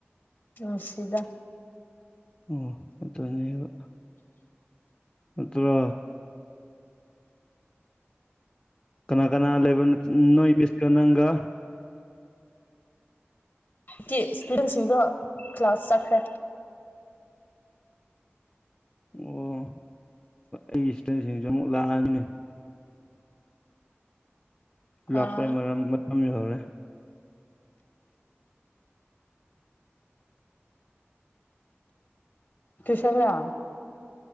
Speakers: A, on the left; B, on the left.
A: ꯅꯨꯡꯁꯤꯗ
B: ꯑꯣ ꯑꯗꯨꯅꯦꯕ ꯅꯇ꯭ꯔꯣ ꯀꯅꯥ ꯀꯅꯥ ꯂꯩꯕꯅꯣ ꯅꯣꯏ ꯃꯤꯁꯀ ꯅꯪꯒ
A: ꯀꯤꯗ꯭ꯁ <unintelligible> ꯁꯤꯡꯗꯣ ꯀ꯭ꯂꯥꯁ ꯆꯠꯈ꯭ꯔꯦ
B: ꯑꯣ ꯑꯩꯒꯤ ꯏꯁꯇꯨꯗꯦꯟꯁꯤꯡꯁꯨ ꯑꯃꯨꯛ ꯂꯥꯛꯑꯅꯤꯅꯦ ꯂꯥꯛꯄꯩ
A: ꯑꯥ
B: ꯃꯔꯝ ꯃꯇꯝ ꯌꯧꯔꯦ
A: ꯇ꯭ꯌꯨꯁꯟ ꯂꯣ